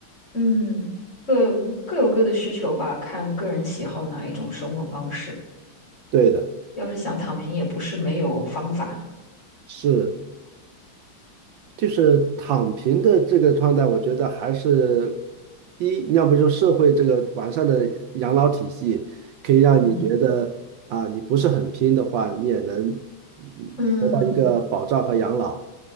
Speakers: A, on the left; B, on the right.
A: 嗯，各各有各的需求吧，看个人喜好哪一种生活方式。
B: 对的，
A: 要是想躺平，也不是没有方法。
B: 是，就是躺平的这个状态，我觉得还是第一，要不就社会这个完善的养老体系，可以让你觉得啊，
A: 嗯
B: 你不是很拼的话，你也能嗯得到一个保障和养老。
A: 嗯